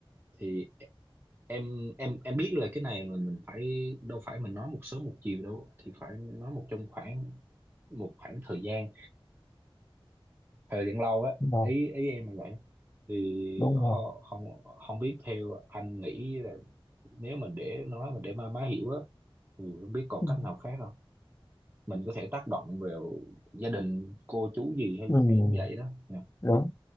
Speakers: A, on the right (about 25°); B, on the left (about 30°).
A: thì em em em biết là cái này mà mình phải đâu phải mình nói một sớm một chiều đâu thì phải nói một trong khoảng một khoảng thời gian thời gian lâu á
B: đúng rồi.
A: ý ý em là vậy thì
B: đúng
A: ho-
B: rồi
A: không không biết theo anh nghĩ là nếu mình để nó mình để má má hiểu á thì không biết còn
B: ừ.
A: cách nào khác không mình có thể tác động vào gia đình cô chú gì hay
B: Ừ,
A: hay giống vậy đó nha
B: đúng